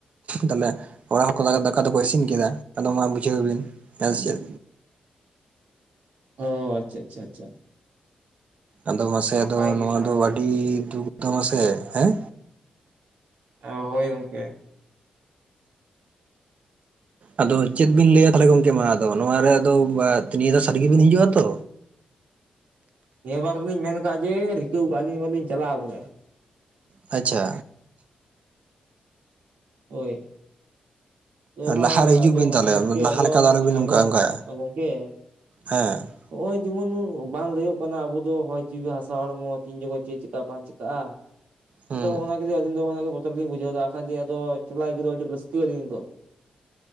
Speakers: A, on the right; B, on the right.
A: ᱛᱟᱦᱞᱮ ᱚᱲᱟᱜ ᱦᱚᱠᱚ ᱫᱟᱠᱟ ᱫᱚᱠᱚ ᱤᱥᱤᱱ ᱠᱮᱫᱟ ᱟᱫᱚ ᱢᱟ ᱵᱩᱡᱷᱟᱹᱣ ᱵᱤᱱ ᱦᱮ ᱪᱮᱫ
B: ᱚ ᱟᱪᱪᱷᱟ ᱟᱪᱪᱷᱟ ᱟᱪᱪᱷᱟ
A: ᱟᱫᱚ ᱢᱟᱥᱮ
B: ᱱᱟᱯᱟᱭ
A: ᱟᱫᱚ
B: ᱜᱮ
A: ᱱᱚᱣᱟ
B: ᱛᱟᱦᱚᱞᱮ
A: ᱫᱚ ᱟᱹᱰᱤ ᱫᱩᱠ ᱢᱟᱥᱮ ᱦᱮᱸ
B: ᱚ ᱦᱳᱭ ᱜᱚᱝᱠᱮ
A: ᱟᱫᱚ ᱪᱮᱫ ᱵᱤᱱ ᱞᱟᱹᱭᱟ ᱛᱮ ᱜᱚᱝᱠᱮ ᱢᱟ ᱟᱫᱚ ᱱᱚᱮ ᱟᱫᱚ ᱱᱤᱭᱟᱹ ᱫᱷᱟ ᱥᱟᱹᱨᱤ ᱜᱮᱵᱤᱱ ᱦᱤᱡᱩᱜ-ᱟ ᱛᱚ
B: ᱱᱤᱭᱟᱹ ᱵᱟᱨ ᱫᱚᱞᱤᱧ ᱢᱮᱱ ᱠᱟᱜ-ᱟ ᱡᱮ ᱨᱤᱠᱟᱹᱣ ᱠᱟᱜ ᱟᱹᱞᱤᱧ ᱞᱤᱧ ᱪᱟᱞᱟᱜ-ᱟ ᱵᱚᱞᱮ
A: ᱟᱪᱪᱷᱟ
B: ᱦᱳᱭ ᱟᱫᱚ ᱦᱟᱜ
A: ᱞᱟᱦᱟᱨᱮ ᱦᱤᱡᱩᱜ
B: ᱟᱫᱚ
A: ᱵᱤᱱ
B: ᱦᱚᱜ-ᱚᱭ
A: ᱛᱟᱦᱚᱞᱮ
B: ᱜᱚᱝᱠᱮ
A: ᱞᱟᱦᱟ
B: ᱟᱫᱚ
A: ᱞᱮᱠᱟ ᱫᱚ ᱟᱞᱚᱵᱤᱱ ᱱᱚᱝᱠᱟ
B: ᱟᱫᱚ
A: ᱚᱱᱠᱟᱜᱼᱟ
B: ᱦᱚᱜ-ᱚᱭ ᱜᱚᱝᱠᱮ
A: ᱦᱮᱸ
B: ᱱᱚᱜᱼᱚᱭ ᱡᱮᱢᱚᱱ ᱵᱟᱝ ᱞᱟᱹᱭᱚᱜ ᱠᱟᱱᱟ ᱟᱵᱚ ᱫᱚ ᱦᱚᱭ ᱡᱤᱣᱤ ᱦᱟᱥᱟ ᱦᱚᱲᱢᱚ ᱛᱤᱱ ᱡᱚᱠᱷᱚᱡ ᱪᱮᱫ ᱪᱮᱠᱟᱜ ᱵᱟᱝ ᱪᱮᱠᱟᱜᱼᱟ
A: ᱦᱩᱸ
B: ᱟᱫᱚ ᱦᱚᱸᱜᱼ ᱚᱱᱟ ᱠᱚᱜᱮ ᱟᱹᱞᱤᱧ ᱫᱚ ᱦᱚᱸᱜ-ᱚᱱᱟ ᱠᱚᱜᱮ ᱵᱚᱛᱚᱨ ᱞᱤᱧ ᱵᱩᱡᱷᱟᱹᱣ ᱮᱫᱟ ᱠᱷᱟᱹᱞᱤ ᱟᱫᱚ ᱪᱟᱞᱟᱜ ᱟᱹᱭᱠᱟᱹ ᱫᱚ ᱟᱹᱰᱤ ᱨᱟᱹᱥᱠᱟᱹ ᱟᱹᱞᱤᱧ ᱫᱚ